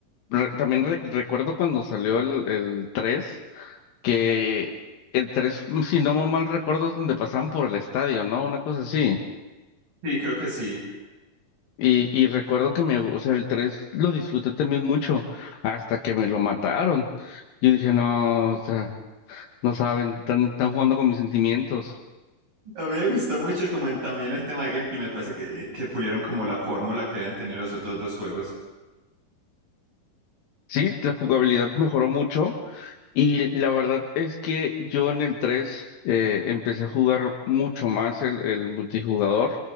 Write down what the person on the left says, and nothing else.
re- también re- recuerdo cuando salió el, el 3, que el 3, mm, si no mal recuerdo, es donde pasaban por el estadio, ¿no? Una cosa así.
Y, y recuerdo que me, gu- o sea, el 3 lo disfruté también mucho hasta que me lo mataron. Yo dije, no, o sea, no saben, están, están jugando con mis sentimientos.
Sí, la jugabilidad mejoró mucho Y la verdad es que yo en el 3 eh, empecé a jugar mucho más el, el multijugador.